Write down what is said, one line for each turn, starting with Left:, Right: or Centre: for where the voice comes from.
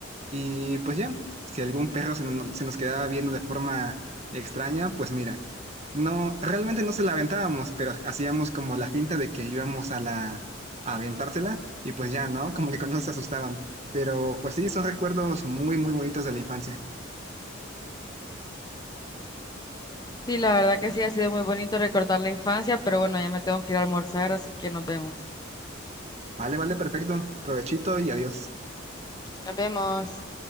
Right: y pues ya, si algún perro se, no- se nos quedaba viendo de forma extraña, pues mira, no, realmente no se la aventábamos, pero hacíamos como la finta de que íbamos a la a aventársela y pues ya, ¿no? Como que cuando se asustaban. Pero pues sí, son recuerdos muy, muy bonitos de la infancia.
Left: Sí, la verdad que sí, ha sido muy bonito recordar la infancia, pero bueno, ya me tengo que ir a almorzar, así que nos vemos.
Right: Vale, vale, perfecto. Provechito y adiós.
Left: Nos vemos.